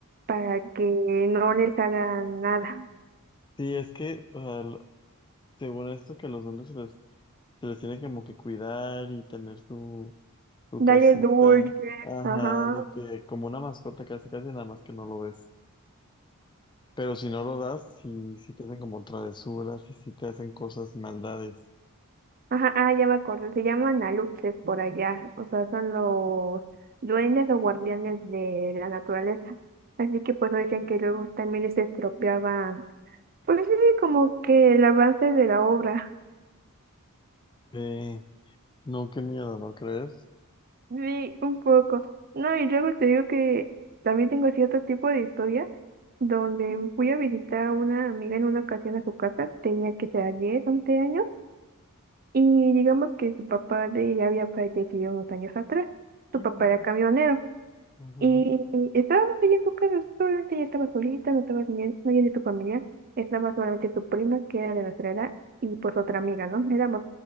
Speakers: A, on the right (about 40°); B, on the left (about 20°).
A: para que no les hagan nada.
B: Sí, es que, o sea, lo- según esto, que los hombres Se les tiene como que cuidar y tener su, su
A: Dale
B: casita.
A: dulce,
B: Ajá,
A: ajá.
B: de que como una mascota casi casi nada más que no lo ves. Pero si no lo das, sí, sí te hacen como travesuras y sí te hacen cosas, maldades.
A: Ajá, ah, ya me acordé, se llaman aluxes por allá, o sea, son los duendes o guardianes de la naturaleza. Así que pues decían que luego también se estropeaban. Pues sí, como que el avance de la obra,
B: Sí, no, qué miedo, ¿no crees?
A: sí, un poco. No, y luego te digo que también tengo cierto tipo de historia donde fui a visitar a una amiga en una ocasión a su casa, tenía que ser diez once años, y digamos que su papá de ella había fallecido unos años atrás,
B: Mm.
A: su papá era camionero.
B: Ujú.
A: Y estábamos ahí en su casa, solamente ella estaba solita, no estaba ni- nadie de su familia, estaba solamente su prima, que era de nuestra edad, y pues otra amiga, ¿no? Éramos